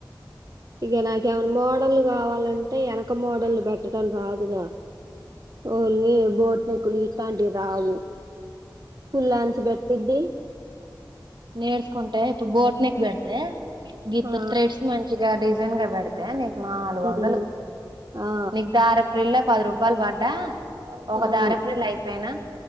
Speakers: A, on the right (about 50°); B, on the right (about 70°).
A: ఇగ నాకేమైనా మోడల్ కావాలంటే ఎనక మోడల్లు పెట్టడం రాదుగా వోల్ని బోట్నకులు ఇట్లాంటివి రావు ఫుల్లాస్ పెట్టిద్ది
B: నేడ్స్కుంటే ఇప్పుడు బోట్ నెక్ పెడితే గీత
A: ఆ
B: త్రేడ్స్ మం డిజైన్ గా పెడితే నీక్ నాలుగు వందలు
A: ఉమ్ ఆ
B: నీకు ధారపు రీళ్ళ పది రూపాయలు పడ్డా ఒక
A: అవును
B: దరాపు రీళ్ళ అయి చెప్పనా